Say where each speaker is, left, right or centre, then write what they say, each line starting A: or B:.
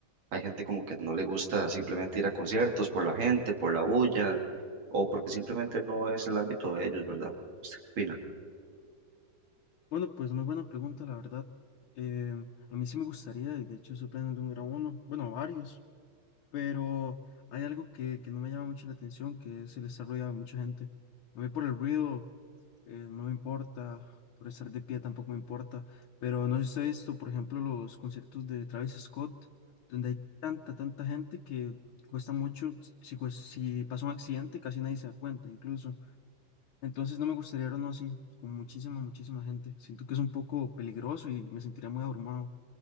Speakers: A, on the right; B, on the left.
A: Hay gente como que no le gusta simplemente ir a conciertos por la gente, por la bulla, o porque simplemente no es el ámbito de ellos, ¿verdad? ¿Usted qué opina?
B: Bueno, pues muy buena pregunta, la verdad. Em, a mí sí me gustaría, y de hecho estoy planeando un gran uno, bueno, varios, pero hay algo que, que no me llama mucho la atención, que es el estar rodeado de mucha gente. A mí por el ruido eh, no me importa, por estar de pie tampoco me importa, pero no sé si sabes esto, por ejemplo, los conciertos de Travis Scott, donde hay tanta, tanta gente que cuesta mucho, si, pues, si pasa un accidente casi nadie se da cuenta incluso, entonces no me gustaría ir uno así, con muchísima, muchísima gente, siento que es un poco peligroso y me sentiría muy abrumado,